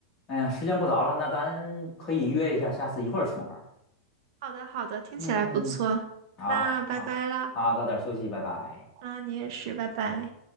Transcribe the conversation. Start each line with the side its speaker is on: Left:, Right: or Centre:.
Left: 哎呀，时间不早了，那咱可以约一下，下次一块儿去那玩儿。
Right: 好的，好的，听起来不错。
Left: 嗯，好好好，
Right: 那拜拜啦。
Left: 早点休息，拜拜。
Right: 啊，你也是，拜拜。